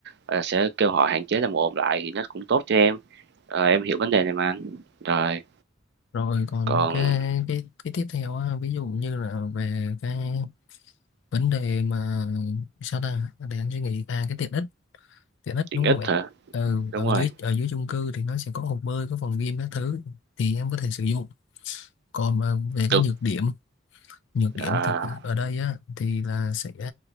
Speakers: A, on the right; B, on the left.
A: Ờ, sẽ kêu họ hạn chế làm ồn lại thì nó cũng tốt cho em. Ờ, em hiểu vấn đề này mà anh. Rồi,
B: rồi còn
A: còn
B: cái cái cái tiếp theo á, ví dụ như là về cái vấn đề mà sao ta để anh suy nghĩ à cái tiện ích tiện ích
A: tiện
B: đúng
A: ích
B: không bạn
A: hả?
B: ừ,
A: Đúng
B: ở
A: rồi,
B: dưới ở dưới chung cư thì nó sẽ có hồ bơi có phòng gym các thứ thì em có thể sử dụng còn mà về cái
A: được.
B: nhược điểm nhược điểm
A: À,
B: thì ở đây á thì là sẽ